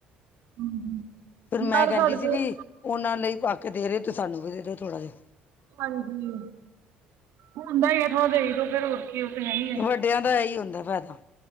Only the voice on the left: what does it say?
ਫਿਰ ਮੈਂ
ਕਹਿੰਦੀ
ਸੀ
ਵੀ, ਉਹਨਾਂ ਲਈ ਪਾ ਕੇ ਦੇ ਰਹੇ ਹੋ ਤੁੂੰ ਸਾਨੂੰ ਵੀ ਦੇ ਦਿਓ ਥੋੜ੍ਹਾ ਜਿਹਾ।
ਜਿਹਾ। ਵੱਡਿਆਂ ਦਾ ਇਹੀ ਹੁੰਦਾ ਫੈਦਾ।